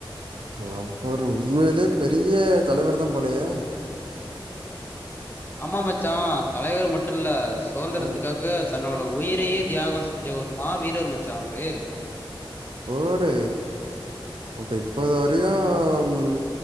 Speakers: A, on the right; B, on the left.
A: <unintelligible> உண்மையிலே பெரிய தலைவர்தா போலயே
B: ஆமா மச்சா தலைவர் மட்டு இல்ல சுதந்திரத்துக்காக
A: அ
B: தன்னோட உயிரையே தியாகம் செஞ்ச ஒரு மா வீரர் மச்சா அவரு
A: போடு அப்ப இப்போது வரையு ம்